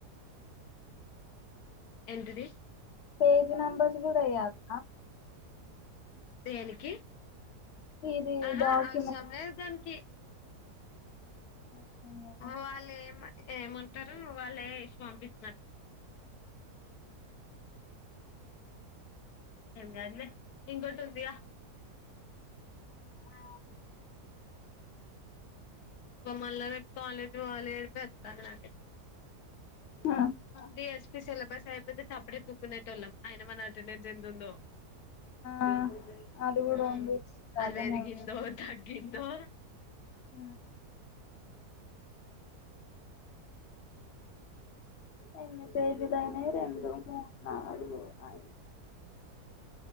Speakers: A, on the left; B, on the left.
A: ఎంతిది
B: పేజ్ నెంబర్స్ కూడా ఇయ్యాలా
A: దేనికి
B: ఇది
A: ఆహా
B: డాక్యుమెంట్
A: అవసామ్ లే డానికీ
B: అవసరం లేదా
A: వాళ్ళు ఏమంటారు వాళ్ళు పంపిస్తారు హమ అదలే నింగ్టి ఉందయా ఆ ఇ మళ్ళా రేపు కాలేజ్ వాలిపో వస్తారు నాక
B: ఆ
A: బిఎస్పి సిలబస్ అయిపోతే సప్పుడే కూక్కునేట వాళ్ళం ఆయన మన అటెండెన్స్ ఎంతు ఉందో
B: ఆ అది కూడా
A: హ
B: ఉంది
A: అది వెరిగిందో త గిండోర్
B: అ ఎన్ని పేజదైనే రెండు ముడు నల్గు ఆ